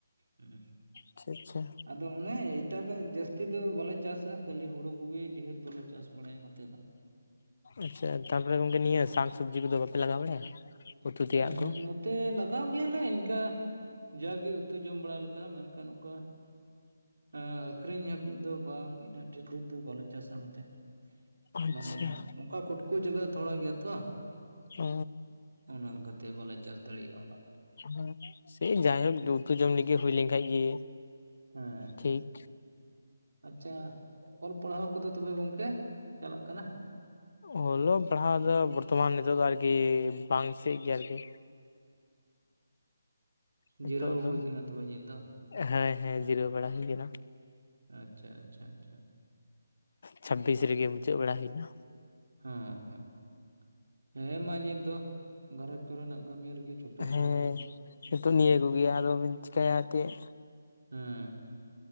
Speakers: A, on the right (about 65°); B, on the left (about 50°).
A: ᱦᱩᱸ
B: ᱟᱪᱪᱷᱟ ᱟᱪᱪᱷᱟ
A: ᱟᱫᱚ ᱚᱱᱮ ᱮᱴᱟᱜᱟᱜ ᱡᱟᱹᱥᱛᱤ ᱫᱚ ᱵᱟᱞᱮ ᱪᱟᱥᱟ ᱠᱷᱟᱹᱞᱤ ᱦᱩᱲᱩ ᱠᱚᱜᱮ ᱰᱷᱮᱨ ᱫᱚᱞᱮ ᱪᱟᱥ ᱵᱟᱲᱟᱭᱟ ᱱᱚᱛᱮ ᱫᱚ,
B: ᱟᱪᱪᱷᱟ ᱛᱟᱨᱯᱚᱨᱮ ᱜᱚᱢᱠᱮ ᱱᱤᱭᱟᱹ ᱥᱟᱠ ᱥᱚᱵᱽᱡᱤ ᱠᱚᱫᱚ ᱵᱟᱯᱮ ᱞᱟᱜᱟᱣ ᱵᱟᱲᱟᱭᱟ? ᱩᱛᱩ ᱛᱮᱭᱟᱜ
A: ᱦᱮᱸ
B: ᱠᱚ
A: ᱱᱚᱛᱮ ᱞᱟᱜᱟᱣ ᱜᱮᱭᱟᱞᱮ ᱤᱱᱠᱟ ᱡᱟᱜᱮ ᱩᱛᱩ ᱡᱚᱢ ᱵᱟᱲᱟ ᱞᱮᱠᱟ ᱢᱮᱱᱠᱷᱟᱱ ᱚᱱᱠᱟ ᱮᱸ ᱟᱹᱠᱷᱨᱤᱧ ᱦᱟᱹᱵᱤᱡ ᱫᱚ ᱵᱟᱝ ᱩᱱᱟᱹᱜ ᱰᱷᱮᱨ ᱰᱷᱮᱨ ᱫᱚ ᱵᱟᱞᱮ ᱪᱟᱥᱟ ᱱᱚᱛᱮ,
B: ᱟᱪᱪᱷᱟ
A: ᱢᱟᱱᱮ ᱱᱚᱝᱠᱟ ᱠᱚᱴᱠᱩ ᱡᱟᱭᱜᱟ ᱛᱷᱚᱲᱟ ᱜᱮᱭᱟ ᱛᱚ,
B: ᱚᱻ
A: ᱚᱱᱮ ᱚᱱᱠᱟ ᱛᱮ ᱵᱟᱞᱮ ᱞᱮᱠᱟᱛᱮ ᱵᱟᱞᱮ ᱪᱟᱥ ᱫᱟᱲᱮᱭᱟᱜᱼᱟ ᱚᱱᱟ ᱠᱚᱫᱚ,
B: ᱦᱮ ᱥᱮ ᱡᱟᱭᱦᱳᱠ ᱩᱛᱩ ᱡᱚᱢ ᱞᱟᱹᱜᱤᱫ ᱦᱩᱭ ᱞᱮᱱᱠᱷᱟᱡ ᱜᱮ,
A: ᱦᱮᱸ
B: ᱴᱷᱤᱠ
A: ᱟᱪᱪᱷᱟ ᱚᱞ ᱯᱟᱲᱦᱟᱣ ᱠᱚᱫᱚ ᱛᱚᱵᱮ ᱜᱚᱝᱠᱮ ᱪᱟᱞᱟᱜ ᱠᱟᱱᱟ?
B: ᱚᱞᱚᱜ ᱯᱟᱲᱦᱟᱣ ᱫᱚ ᱵᱚᱨᱛᱚᱢᱟᱱ ᱱᱤᱛᱚᱜ ᱫᱚ ᱟᱨᱠᱤ ᱵᱟᱝ ᱥᱮᱫ ᱜᱮ ᱟᱨᱠᱤ
A: ᱩᱸ
B: ᱱᱤᱛᱚᱜ
A: ᱡᱤᱨᱟᱹᱣ ᱦᱩᱭ
B: ᱫᱚ
A: ᱟᱠᱟᱱᱟ ᱛᱚᱵᱮ ᱤᱧᱫᱚ᱾
B: ᱦᱮᱸ ᱦᱮᱸ ᱡᱤᱨᱟᱹᱣ ᱵᱟᱲᱟ ᱦᱩᱭ ᱠᱟᱱᱟ᱾
A: ᱟᱪᱪᱷᱟ ᱟᱪᱪᱷᱟ ᱟᱪᱪᱷᱟ,
B: ᱪᱷᱟᱵᱤᱥ ᱨᱮᱜᱮ ᱢᱩᱪᱟᱹᱫ ᱵᱟᱲᱟ ᱦᱩᱭᱱᱟ᱾
A: ᱦᱚᱸ ᱦᱚᱸ ᱦᱮᱸ ᱢᱟ ᱱᱤᱛ ᱫᱚ ᱜᱷᱟᱨᱚᱡᱽ ᱠᱚᱨᱮᱱᱟᱜ ᱠᱟᱹᱢᱤ ᱨᱮᱜᱮ᱾ ᱪᱷᱩᱴᱟᱹᱜ
B: ᱦᱮᱸ
A: ᱡᱟᱹᱨᱩᱲᱟ
B: ᱱᱤᱛᱳᱜ ᱱᱤᱭᱟᱹ ᱠᱚᱜᱮ ᱟᱫᱚᱵᱤᱱ ᱪᱤᱠᱟᱹᱭᱟ ᱪᱮᱫ᱾
A: ᱦᱮᱸ